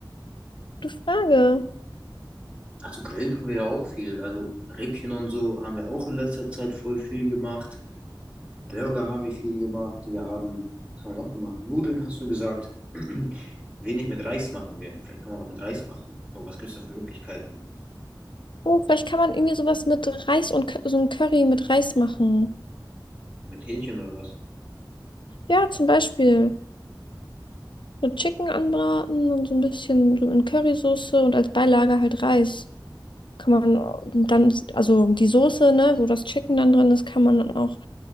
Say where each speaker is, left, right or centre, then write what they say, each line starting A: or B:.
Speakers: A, on the left; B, on the right.
A: gute Frage.
B: Also grillen können wir ja auch viel. Also Rippchen und so haben wir auch in letzter Zeit voll viel gemacht. Burger haben wir viel gemacht. Wir haben, was haben wir noch gemacht? Nudeln hast du gesagt. <clears throat> Wenig mit Reis machen wir. Vielleicht kann man was mit Reis machen. Aber was gibt es da für Möglichkeiten?
A: Oh, vielleicht kann man irgendwie sowas mit Reis und Cur- so ein Curry mit Reis machen.
B: Mit Hähnchen oder was?
A: Ja, zum Beispiel so Chicken anbraten und so ein bisschen so in Currysoße und als Beilage halt Reis. Kann man äh, dann, also die Soße, ne, wo das Chicken dann drin ist, kann man dann auch.